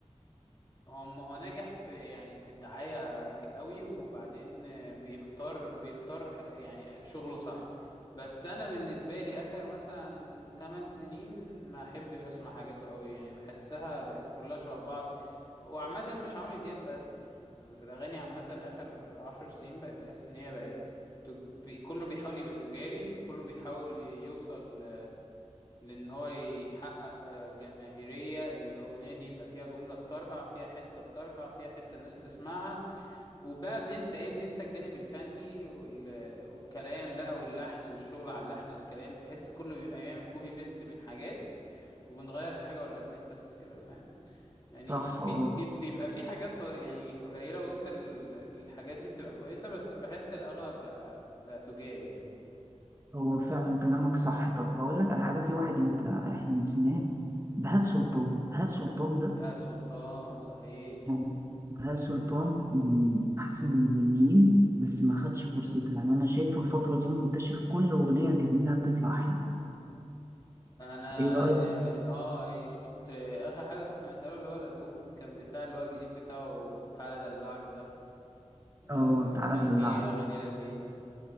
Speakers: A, on the left (about 35°); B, on the right (about 25°).
A: هو ما هو ناجح في يعني في الدعاية ج- قوي وبعدين آه، بيختار بيختار ح- يعني شغله صح بس انا بالنسبة لي اخر مثلا 8 سنين ما احبش اسمع حاجاته قوي يعني بحسها بقت كلها شبه بعض وعامة مش عمرو دياب بس يعني في الاغاني عامة اخر 10 سنين بقت احس ان هي بقت تج... بي... كله بيحاول يبقى تجاري كله بيحاول يوصل لان هو يحقق آه، جماهيرية ان الاغنية دي يبقى فيها جملة تطرقع فيها حتة تطرقع فيها حتة الناس تسمعها وبقى بننسى ايه بننسى الجانب الفني وال... والكلام بقى واللحن والشغل على اللحن والكلام تحس كله بيبقى بيعمل كوبي بيست من حاجات وبنغير حاجة ولا اتنين بس كده فاهم يعني
B: صح
A: في
B: اه
A: بي- بيبقى في حاجات ب... يعني قليلة وسط ال- الحاجات دي بتبقى كويسة بس بحس الاغلب بقى بقى تجاري يعني
B: هو فعلا كلامك صح طب هقول لك على حاجة في واحد أنت إحنا نسيناه بهاء سلطان بهاء سلطان ده
A: بهاء سلطان صحيح
B: هو بهاء سلطان من أحسن المغنيين بس ما خدش فرصته يعني أنا شايفه الفترة دي منتشر كل أغنية بيعملها بتطلع حلوة
A: انا
B: إيه رأيك؟
A: اه إيه، كنت اخر حاجه سمعتها له اللي هو الالبوم كان بتاع اللي هو الجديد بتاعه تعالى ادلعك ده آه،
B: آه تعالى
A: كان فيه
B: دلعك
A: اغاني لذيذه